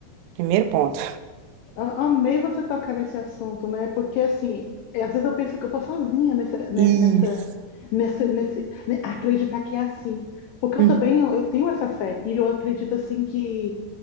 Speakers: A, on the right; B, on the left.
A: Primeiro ponto.
B: A- Amei você tocar nesse assunto, né? Porque assim, às vezes eu penso que eu tô sozinha nessa, ne-
A: Isso.
B: nessa nesse, nesse, né, acreditar que é assim. Porque
A: Uhum.
B: eu também eu, tenho essa fé e eu acredito assim que